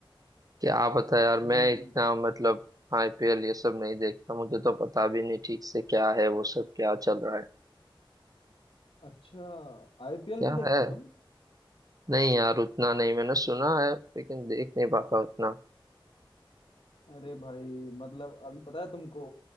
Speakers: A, on the right (about 40°); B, on the left (about 80°).
A: क्या पता यार
B: हम्म
A: मैं इतना मतलब आईपीएल ये सब नहीं देखता मुझे तो पता भी नहीं ठीक से क्या है वो सब क्या चल रहा है
B: अच्छा आईपीएल
A: क्या
B: नहीं देखते
A: है
B: तुम
A: नहीं यार उतना नहीं मैंने सुना है लेकिन देख नहीं पाता उतना
B: अरे भाई मतलब अभी पता है तुमको